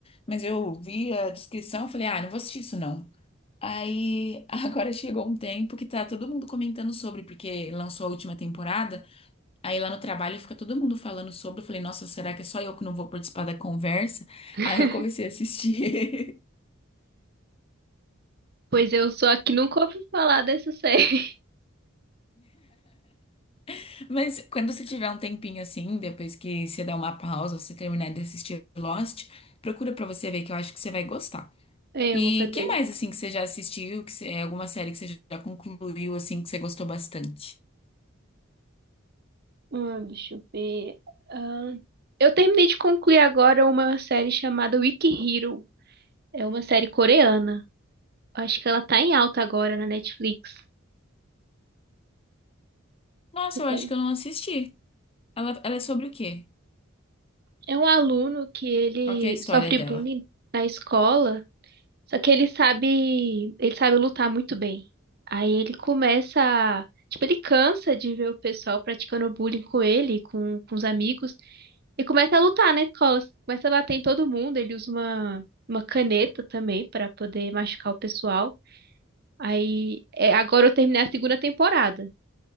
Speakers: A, on the left; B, on the right.
A: mas eu vi a descrição e falei, ah, não vou assistir isso não. Aí <laughs> agora chegou um tempo que tá todo mundo comentando sobre, porque lançou a última temporada. Aí lá no trabalho fica todo mundo falando sobre. Eu falei, nossa, será que é só eu que não vou participar da conversa? <laughs>
B: <laughs>
A: Aí eu comecei a assistir.
B: Pois eu sou a que nunca ouvi falar dessa série. <laughs>
A: <laughs> Mas quando você tiver um tempinho assim, depois que você der uma pausa, você terminar de assistir Lost, procura pra você ver que eu acho que você vai gostar.
B: É, eu
A: E
B: vou fazer.
A: que mais
B: isso.
A: assim que você já assistiu, que você- é alguma série que você já concluiu assim que você gostou bastante?
B: Ah, deixa eu ver. Ah, eu terminei de concluir agora uma série chamada Wiki Hero. É uma série coreana. Acho que ela tá em alta agora na Netflix.
A: Nossa,
B: Tu conhece
A: eu acho que eu não assisti. Ela, ela é sobre o quê?
B: É um aluno que ele
A: Qual que é a história
B: sofre
A: dela?
B: bullying na escola, só que ele sabe, ele sabe lutar muito bem. Aí ele começa a, tipo, ele cansa de ver o pessoal praticando bullying com ele, com, com os amigos. E começa a lutar na escola, começa a bater em todo mundo. Ele usa uma, uma caneta também pra poder machucar o pessoal. Aí, é, agora eu terminei a segunda temporada.